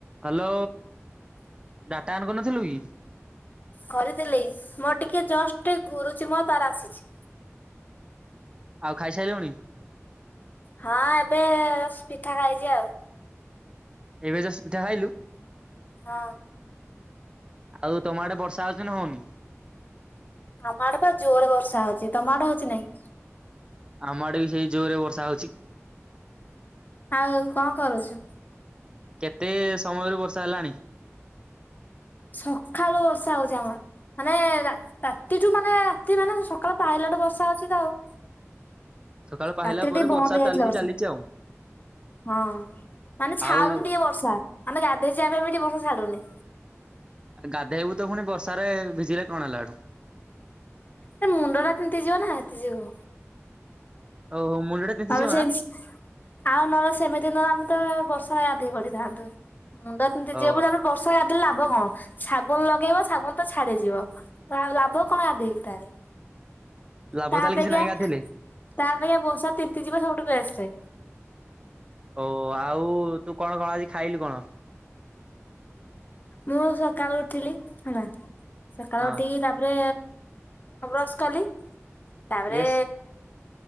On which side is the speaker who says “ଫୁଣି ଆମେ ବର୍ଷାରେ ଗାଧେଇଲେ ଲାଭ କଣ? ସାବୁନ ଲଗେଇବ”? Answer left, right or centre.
Left